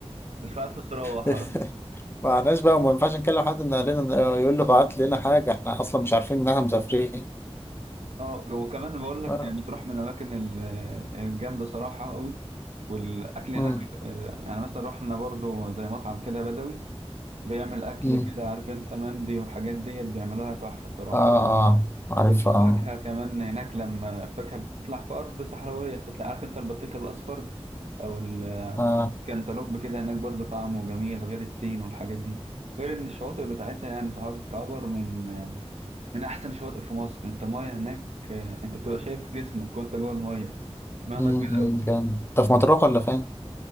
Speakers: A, on the right; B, on the left.
A: مش عارف تروح
B: <laughs>
A: اصلا
B: معناش بقى وما ينفعش نكلم حد من اهلنا يقول له بعت لنا حاجه احنا اصلا مش عارفين انها مسافرين
A: اه وكمان بقول لك
B: اه
A: اللي بتروح من الاماكن ال- الجامده صراحه قوي والاكل
B: امم
A: هناك آه، يعني مثلا رحنا برضو زي مطعم كده بدوي بيعمل اكل
B: امم
A: كده عارف انت مندي والحاجات ديت بيعملوها تحفه صراحه
B: اه آه، عارف
A: والفاكهه
B: اه
A: كمان هناك لما الفاكهه بتطلع في ارض صحراويه فتلاقي عارف انت البطيخ الاصفر او
B: اه
A: الكنتالوب كده هناك برضو طعمه جميل غير التين والحاجات دي غير ان الشواطئ بتاعتها يعني تعتبر من من احسن الشواطئ في مصر انت المايه هناك آه، انت بتبقى شايف جسمك وانت جوه المايه مهنة
B: امم
A: كبيرة
B: أمم،
A: قوي
B: جامد انت في مطروح ولا فين؟